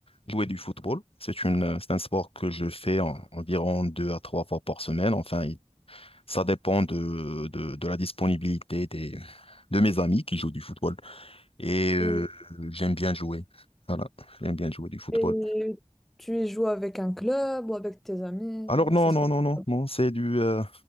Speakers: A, on the left (about 55°); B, in the centre.
A: jouer du football. C'est une, euh, c'est un sport que je fais en- environ deux à trois fois par semaine. Enfin, il- ça dépend de, de, de la disponibilité des, de mes amis qui jouent du football. Et euh,
B: Et,
A: j'aime bien jouer. Voilà, j'aime bien jouer du football.
B: et tu y joues avec un club ou avec tes amis.
A: Alors non,
B: Ça se
A: non,
B: passe.
A: non, non,
B: comment
A: non, c'est du... euh,